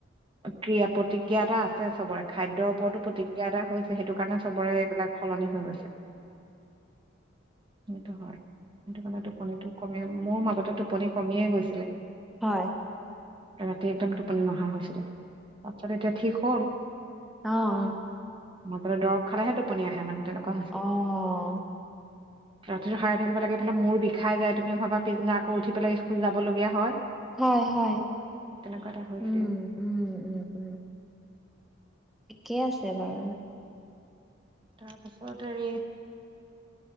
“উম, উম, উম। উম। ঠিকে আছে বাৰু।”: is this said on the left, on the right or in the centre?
Centre